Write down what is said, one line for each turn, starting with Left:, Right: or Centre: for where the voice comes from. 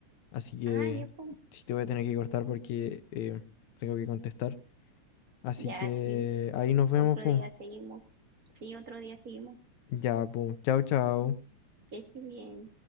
Left: así que
Right: Ah, ya, pum.
Left: sí te voy a tener que cortar porque em, tengo que contestar. Así
Right: Ya,
Left: que
Right: sí.
Left: ahí nos vemos,
Right: Otro
Left: pues.
Right: día seguimos. Sí, otro día seguimos.
Left: Ya, pues. Chao, chao.
Right: Que estés bien.